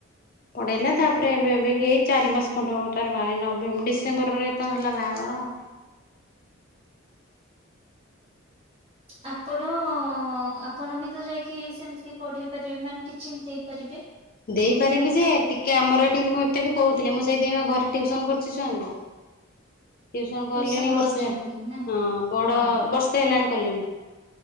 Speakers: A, on the left (about 45°); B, on the right (about 30°).
A: ପଢେଇଲା ତାପରେ ଏବେ ଏବେ କି ଏଇ ଚାରି ମାସ ଖଣ୍ଡ ତାର ବା ନଭେମ୍ବ ଡିସେମ୍ବରରେ ତା ହେଲା ବାହାଘର ଆଉ।
B: ଆପଣ ଆପଣ ବି ତ ଯାଇକି ସେମତି ପଢେଇ ପାରିବେ ମାନେ ଟିଚିଂ ଦେଇପାରିବେ।
A: ଦେଇପାରିବି ଯେ, ଟିକେ ଆମର ଏଠି ମୁଁ ଏତେ ବି କହୁଥିଲି ମୁଁ ସେଇଥିପାଇଁ ପା ଘରେ ଟ୍ୟୁସନ କରୁଚି ଛୁଆଙ୍କୁ।
B: <inaudible>
A: ଟିଉସନ କଲିଣି
B: କରିଛନ୍ତି
A: ବର୍ଷେ ହେଲା।
B: ନା
A: ହଁ ବଡ
B: ହଁ
A: ବର୍ଷେ ହେଲାଣି କଲିଣି।